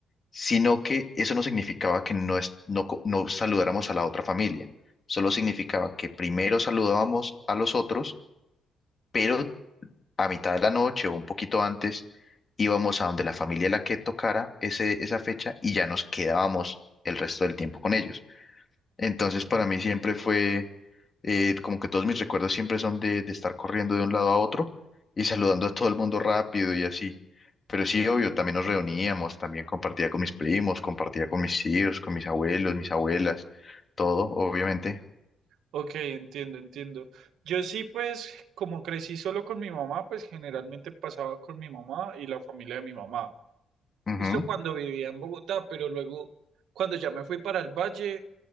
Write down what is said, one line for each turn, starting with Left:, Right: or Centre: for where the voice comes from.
Left: sino que eso no significaba que no, es- no, co- no saludáramos a la otra familia, solo significaba que primero saludábamos a los otros, pero a mitad de la noche o un poquito antes, íbamos a donde la familia la que tocara ese, esa fecha y ya nos quedábamos el resto del tiempo con ellos. Entonces
Right: ok.
Left: para mí siempre fue eh, como que todos mis recuerdos siempre son de, de estar corriendo de un lado a otro y saludando a todo el mundo rápido y así. Pero sí, obvio, también nos reuníamos, también compartía con mis primos, compartía con mis tíos, con mis abuelos, mis abuelas, todo, obviamente.
Right: Ok, entiendo, entiendo. Yo sí, pues, como crecí solo con mi mamá, pues generalmente pasaba con mi mamá y la familia de mi mamá.
Left: Ujú,
Right: Esto cuando vivía en Bogotá, pero luego cuando ya me fui para el valle,